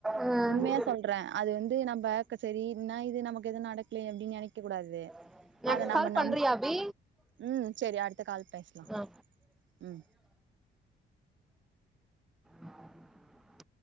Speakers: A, in the centre; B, on the right.
A: ஆ
B: உண்மையா சொல்ற அது வந்து நம்பக் சரின்னா இது நமக்கு எது நடக்லேயே அப்டின் நெனைக்க கூடாது.
A: <inaudible>
B: அத நம்ம
A: கால் பண்றியா
B: நம்
A: அபி
B: ம் சரி அடுத்த கால் பேசலா
A: அ
B: ம்
A: ம் <inaudible>